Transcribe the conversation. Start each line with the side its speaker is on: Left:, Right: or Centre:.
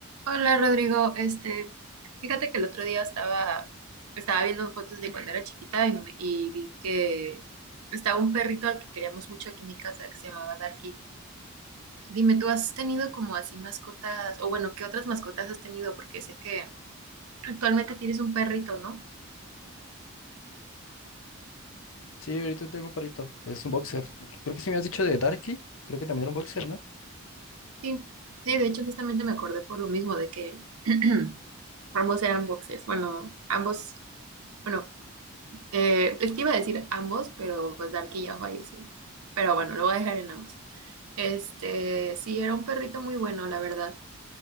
Right: Hola Rodrigo, este, fíjate que el otro día estaba, estaba viendo fotos de cuando era chiquita y, me- y vi que estaba un perrito al que queríamos mucho aquí en mi casa que se llamaba Darky. Dime, ¿tú has tenido como así mascotas, o bueno, qué otras mascotas has tenido? Porque sé que actualmente tienes un perrito, ¿no?
Left: Sí, ahorita tengo un perrito. Es un boxer. Creo que se me has dicho de Darky. Creo que también era un boxer, ¿no?
Right: Sí, sí, de hecho justamente me acordé por lo mismo de que <clears throat> ambos eran boxers, bueno, ambos, bueno, eh, te iba a decir ambos, pero pues Darky ya falleció. Pero bueno, lo voy a dejar en ambos. Este, sí, era un perrito muy bueno, la verdad.